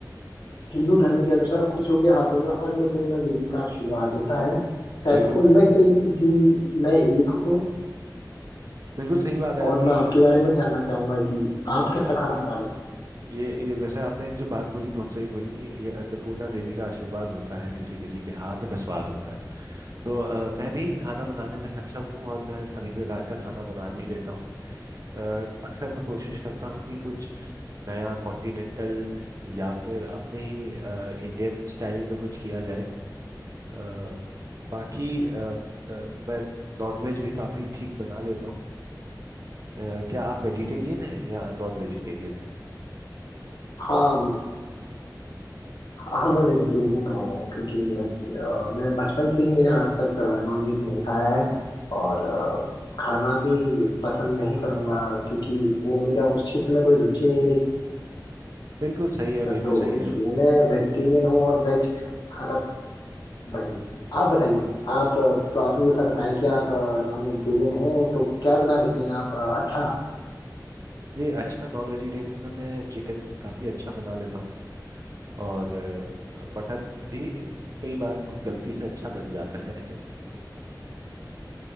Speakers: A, on the left; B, on the right.
A: हिंदू धर्म के अनुसार कुछ योग्य हाथों में अन्नपूर्णा देवी का आशीर्वाद होता है शायद
B: बिल्कुल
A: उनमें से ही मैं एक हूँ
B: बिल्कुल सही बात है
A: और
B: आपकी
A: मैं आपके बारे में जानना चाहूंगा कि आप कैसा खाना बना लेते हैं
B: ये ये वैसे आपने एक जो बात बोली बहुत सही बोली कि ये अन्नपूर्णा देवी का आशीर्वाद होता है किसी किसी के हाथ में स्वाद होता है तो अ, मैं भी खाना बनाने में सक्षम हूँ और मैं सभी प्रकार का खाना बना भी लेता हूँ अ, अक्सर मैं कोशिश करता हूँ कि कुछ नया कॉन्टिनेंटल या फिर अपने ही अ, इंडियन स्टाइल में कुछ किया जाए अ, बाकी अ, अ, मैं नॉनवेज भी काफ़ी ठीक बना लेता हूँ अ, क्या आप वेजिटेरियन हैं या नॉन वेजिटेरियन हैं
A: हाँ हाँ मैं वेजिटेरियन हूँ क्योंकि वेज- अ, मैं बचपन से ही मैंने आज तक नॉनवेज नहीं खाया है और अ, खाना भी पसंद नहीं करूँगा क्योंकि वो मेरा उस क्षेत्र में कोई रुचि नहीं रही
B: बिल्कुल सही है
A: है
B: बिल्कुल
A: तो
B: सही है
A: इसलिए मैं वेजिटेरियन हूँ और वेज खाना वही आप बताइए आप तो आपने जैसा बताया कि आप नॉन वेजिटेरियन हैं तो क्या बना लेते हैं आप अच्छा
B: जी अच्छा नॉन वेजिटेरियन में मैं चिकन काफ़ी अच्छा बना लेता हूँ और अ, मटन भी कई बार कु- गलती से अच्छा बन जाता है